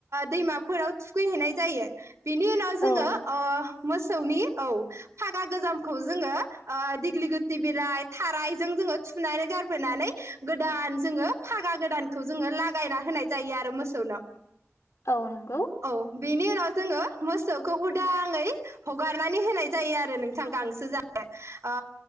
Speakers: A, on the right; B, on the left.
A: दैमाफोराव थुखै नाय जायो ।बिनि उनाव
B: औ
A: जोङो मोसौनि औ फागा गोजामखौ जोङो दिग्लिगुथि बिलाइ, थारायजों जोङो थुनानै गारबोनानै गोदान जोङो फागा गोदानखौ जोङो लागायना होयो। होननाय जायो आरो मोसौनाव।
B: औ नंगौ।
A: औ बेनि उनाव जोङो मोसौखौ उदाङै हगारनानै होनाय जायो आरो नोंथां गांसो जानो। ओ